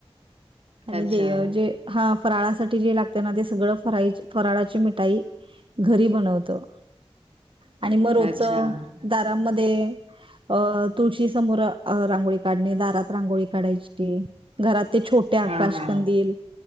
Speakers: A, on the right (about 55°); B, on the right (about 75°).
A: आणि
B: अच्छा.
A: ते जे हा फराळासाठी जे लागते ना ते सगळं फरा फराळा ची मिठाई घरी बनवतो. आणि मग रोजच
B: अच्छा
A: दारांमध्ये अ तुळशी समोर रांगोळी काढणे दारात रांगोळी काढायची घरात ते छोटे आकाशकंदील,
B: हा हा